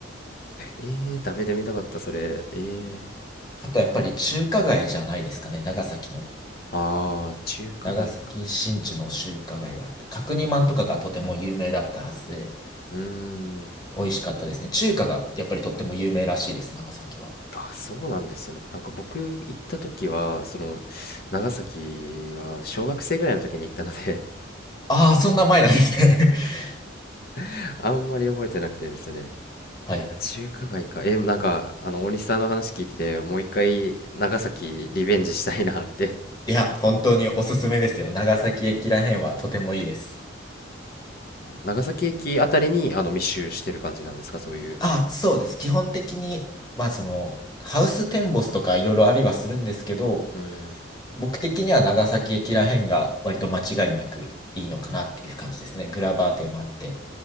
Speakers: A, on the left (about 50°); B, on the left (about 20°).
A: えー、食べてみたかったそれえー、
B: あとやっぱり中華街じゃないですかね、
A: そっか
B: 長崎の。
A: あー中華街か
B: 長崎新地の中華街があって、角煮まんとかがとても有名だったはずで、
A: うーん
B: 美味しかったですね。中華がやっぱりとっても有名らしいです、長崎は。
A: あそうなんですねなんか僕行った時はその長崎は小学生ぐらいの時に行ったので
B: ああ、そんな前なんですね。<laughs>
A: <laughs> あんまり覚えてなくてですね
B: はいはい。
A: 中華街かえーなんかあの大西さんの話聞いててもう一回長崎リベンジしたいなって
B: いや、本当におすすめですよ。長崎駅らへんはとてもいいです。
A: 長崎駅あたりにあの密集してる感じなんですかそういう
B: あ、そうです。基本的に、まあその、ハウステンボスとかいろいろありはするんですけど、
A: うーん
B: 僕的には長崎駅らへんが割と間違いなくいいのかなっていう感じですね。グラバー店もあって。